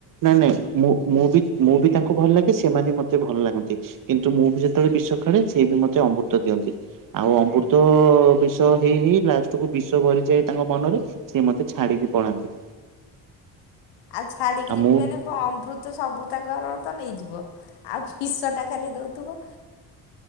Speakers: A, on the right; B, on the left.
A: ନାଇଁ ନାଇଁ ମୁଁ ମୁଁ ବି ମୁଁ ବି ତାଙ୍କୁ ଭଲ ଲାଗେ ସେମାନେ ମତେ ମତେ ଭଲ ଲାଗନ୍ତି। କିନ୍ତୁ ମୁଁ ବି ଯେତେବେଳେ ବିଷ କାଢେ ସେ ବି ମତେ ଅମୃତ ଦିଅନ୍ତି ଆଉ ଅମୃତ ବିଷ ହେଇ ହେଇ ଲାଷ୍ଟ କୁ ବିଷ ଭରିଯାଏ ତାଙ୍କ ମନରେ ସିଏ ମତେ ଛାଡିକି ପଳାନ୍ତି।
B: ଆଉ ଛାଡିକି
A: ଆଉ
B: ଯିବେନି
A: ମୁଁ
B: କଣ ଅମୃତ ସବୁ ତାଙ୍କର ତ ନେଇଯିବ ଆଉ ବିସଟା ଖାଲି ଦେଉଥିବ।